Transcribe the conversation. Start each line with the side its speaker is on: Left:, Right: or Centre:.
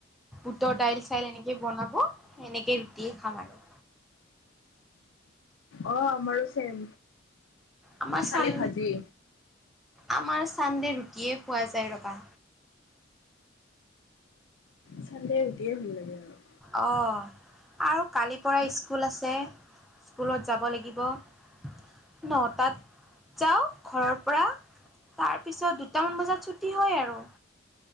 Centre: উটৰ দাইল, চাইল এনেকে বনাব এনেকে ৰুটিয়ে খাম আৰু।
Left: অ আমাৰো ছেম।
Centre: আমাৰ চান
Left: খালি ভাজি।
Centre: আমাৰ চান্দে ৰুটিয়ে, খোৱা যায় ৰবা।
Left: চানদে ৰুটিয়ে ভাল লাগে। আৰু-
Centre: অহ আৰু কালিৰ পৰা স্কুল আছে স্কুলত যাব লাগিব। ন, টাত যাওঁ ঘৰৰ পৰা তাৰপিছত দুটামান বজাত ছুটি হয় আৰু।